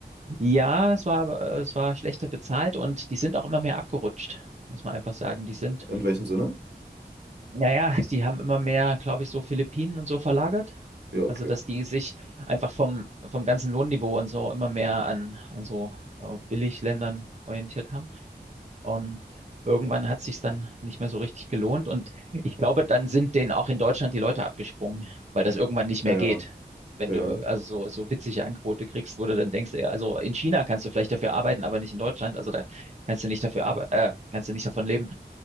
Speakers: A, on the right; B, on the right.
A: ja, es war, aber- äh, es war schlechter bezahlt und die sind auch immer mehr abgerutscht, muss man einfach sagen. Die sind,
B: In welchem Sinne?
A: naja, <laughs> die haben immer mehr, glaube ich, so Philippinen und so verlagert.
B: Ja, okay.
A: Also, dass die sich einfach vom, vom ganzen Lohnniveau und so immer mehr an, an so äh, Billigländern orientiert haben. Und irgendwann hat sich's dann nicht mehr so richtig gelohnt. Und ich glaube, dann sind denen auch in Deutschland die Leute abgesprungen, weil das irgendwann nicht
B: Ja,
A: mehr
B: ja,
A: geht. Wenn du
B: ja.
A: also so, so witzige Angebote kriegst, wo du dann denkst, ey, also in China kannst du vielleicht dafür arbeiten, aber nicht in Deutschland. Also da kannst du nicht dafür arbeiten, äh, kannst du nicht davon leben.